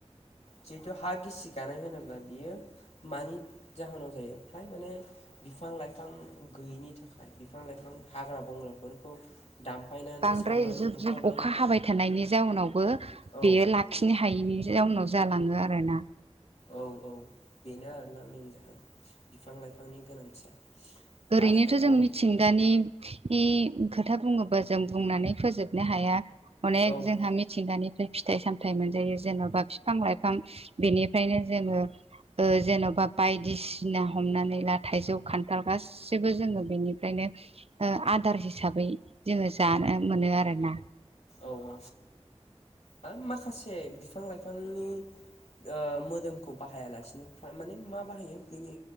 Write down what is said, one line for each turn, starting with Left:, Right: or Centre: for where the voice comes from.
Left: जिहेतु हा गिसि गानाय होनोब्ला बियो मानि जाहोनाव जायो फ्राय माने बिफां लाइफां गैयिनि थाखाय। बिफां लाइफां हाग्रा बंग्राफोरखौ दामफायनानै
Right: बांद्राय
Left: सावनानै
Right: जुब
Left: बुथार
Right: जुब अखा हाबाय थानायनि जाउनावबो
Left: औ
Right: बेयो लाखिनो हायैनि जाउनाव जालाङो आरोना।
Left: औ औ बेनो आरोना मेेन जाहोना बिफां लाइफांनि गोनांथिया।
Right: ओरैनोथ'
Left: आरो दंबावो
Right: जों मिथिंगा नि नि खोथा बुङोबा जों बुंनानै फोजोबनो हाया। अनेक
Left: औ
Right: जोंहा मिथिंगानिफ्राय फिथाइ सामथाइ मोनजायो जेन'बा बिफां लाइफां बेनिफ्रायनो जोङो ओ जेन'बा बायदिसिना हमनानै ला थाइजौ खान्थाल गासिबो जोङो बेनिफ्रायनो ओ आदार हिसा बै जोङो जानानै मोनो आरोना।
Left: औ औ आरो माखासे बिफां लाइफांनि ओ मोदोमखौ बाहायालासिनो माने मा बाहायो बिनि